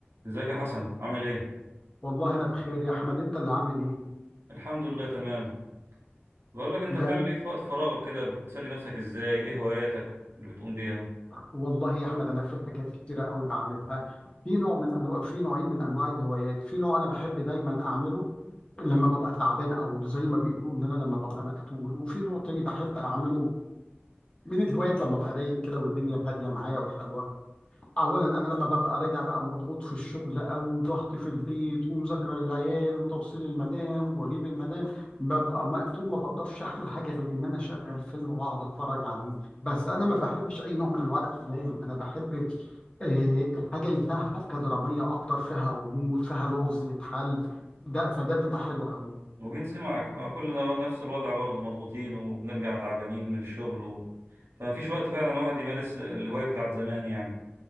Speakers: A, on the right (about 85°); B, on the left (about 25°).
A: ازيك يا حسن عامل ايه
B: والله انا بخير يا احمد انت اللي عامل ايه
A: الحمد لله تمام بقول لك انت
B: مال
A: بتعمل ايه في وقت فراغك كده بتسلي نفسك ازاي ايه هواياتك اللي بتقوم بيها
B: والله يا احمد انا في حاجات كتيره قوي بعملها في نوع من انواع في نوعين من انواع الهوايات في نوع انا بحب دايما اعمله لما ببقى تعبان او زي ما بيقولوا ان انا لما ببقى مقتول وفي نوع تاني بحب اعمله من الهوايات لما ببقى رايق كده والدنيا هاديه معايا وحلوه اولا انا لما ببقى راجع بقى مضغوط في الشغل او ضغط في البيت ومذاكره للعيال وتوصيل المدام واجيب المدام ببقى مقتول ما بقدرش اعمل حاجه غير ان انا اشغل فيلم واقعد اتفرج عليه بس انا ما بحبش اي نوع من انواع الافلام انا بحب آه، الحاجه اللي فيها حبكه دراميه اكتر فيها غموض فيها لغز يتحل ده فده بيبقى حلو قوي
A: ومين سمعك ما كلنا نفس الوضع برضه مضغوطين وبنرجع تعبانين من الشغل و... فمفيش وقت فعلا الواحد يمارس الهواية بتاعت زمان يعني